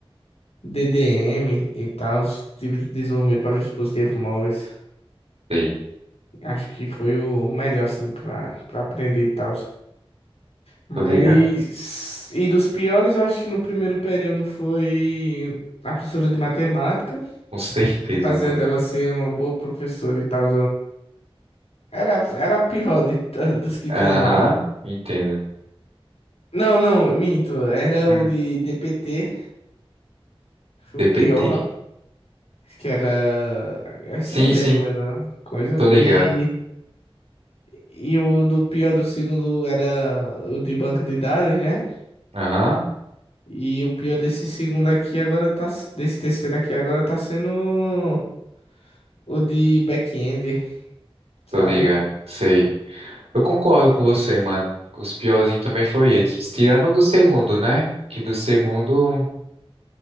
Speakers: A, on the left; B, on the right.
A: DDM e tal, os de desenvolvimento para dispositivos móveis.
B: sei.
A: Acho que foi o melhor, assim, para para aprender e tal. Mas.
B: Tô ligado.
A: E dos piores, eu acho que no primeiro período foi a professora de matemática.
B: Com certeza,
A: Apesar
B: mano.
A: dela ser uma boa professora e tal, Era, era a pior de t- dos que
B: Aham,
A: tinham lá.
B: entendo.
A: Não, não, minto. Era
B: Hum,
A: o de DPT, foi
B: DPT.
A: o pior. Que era. Esse
B: Sim,
A: nem lembro
B: sim,
A: mais a coisa.
B: tô ligado.
A: E, e o do pior do segundo era o de banco de dados, né?
B: Aham,
A: E o pior desse segundo aqui agora tá. Desse terceiro aqui agora tá sendo o de back-end, sabe?
B: tô ligado. Sei. Eu concordo com você, mano. Os piorzinhos também foi esses. Tirando o do segundo, né? Que do segundo